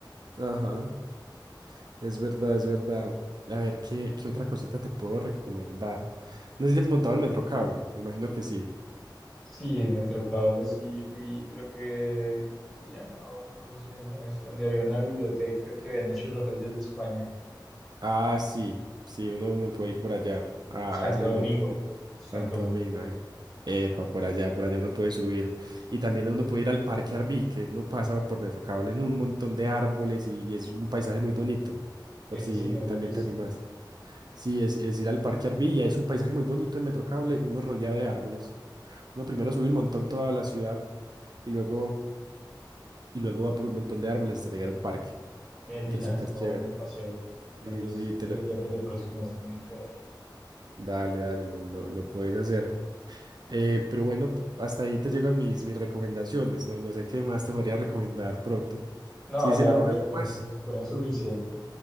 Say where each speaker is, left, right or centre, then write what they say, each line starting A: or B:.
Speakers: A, on the right; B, in the centre.
A: Ajá. Es verdad, es verdad. A ver, ¿qué, qué otra cosita te puedo recomendar? No sé si has montado el metro cable, me imagino que sí.
B: Sí, en Metrocable sí fui, creo que se llamaba, ¿cómo se llamaba? Es donde había una biblioteca que habían hecho los reyes de España.
A: Ah, sí, sí, uno, uno puede ir por allá, a
B: Santo
A: esa biblioteca,
B: Domingo, Santo
A: Santo
B: Domingo.
A: Domingo, eh. Epa, por allá, por allá uno puede subir. Y también uno puede ir al Parque Arví, que uno pasa por metro cable en un montón de árboles y es un paisaje muy bonito, por
B: Ese
A: si
B: sí no lo
A: también
B: he visto.
A: te animas. Sí, es, es ir al Parque Arví, y es un paisaje muy bonito en metro cable, uno rodeado de árboles. Uno primero sube un montón toda la ciudad y luego y luego va por un montón de árboles hasta llegar a un parque,
B: Eh, mira,
A: que es súper
B: está
A: chévere.
B: bueno el paseo. Tal
A: Sí,
B: vez
A: sí, te
B: lo
A: lo-
B: intente la próxima vez también que vaya.
A: dale, dale, lo, lo, lo puedes hacer. Eh, pero bueno, p- hasta ahí te llegan mis, mis recomendaciones, no, no sé qué más te podría recomendar pronto.
B: No,
A: Si
B: ya,
A: se me ocurre
B: hombre,
A: algo
B: con
A: más,
B: eso, es- con eso es suficiente.